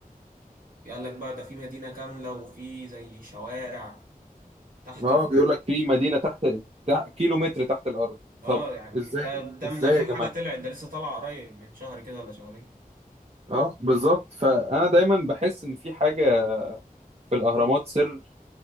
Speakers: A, on the right; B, on the right.
A: قال لك بقى ده في مدينة كاملة وفي زي شوارع تحت
B: اه
A: ال...
B: بيقول لك في مدينة تحت تع- كيلو متر تحت الارض
A: اه
B: طب
A: يعني
B: ازاي
A: ده ده
B: ازاي
A: من آخر
B: يا
A: حاجة
B: جماعة
A: طلعت ده لسه طالع قريب من شهر كده ولا شهرين
B: اه بالظبط فانا دايما بحس ان في حاجة في الاهرامات سر